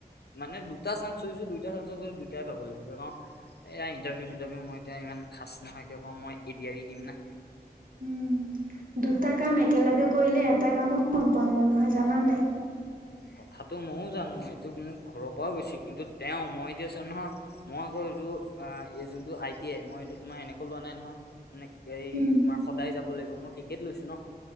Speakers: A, on the left (about 80°); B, on the right (about 55°).
A: মানে দুটা <unintelligible> পাব লাগিব এয়া ইণ্টাৰভিউ মই এতিয়া ইমান খাচ নহয় কে কওঁ মই এ দি আৰ ই দিম না।
B: উম দুটা কাম
A: এই
B: একেলগে কৰিলে এটা কামো সম্পন্ন নহয় জানান নাই?
A: কথাটো ময়ো জানো সেইটোক মোক ঘৰৰ পৰাও কৈছে কিন্তু তেওঁ মই এতিয়াছ নহয় মই আ যোনটো আই টি মই এইটো তোমাৰ এনেকে লোৱা নাই নহয় মানে এই
B: উম
A: তোমাৰ সদায় যাব লাগিব মই ক্ৰিকেট লৈছো ন,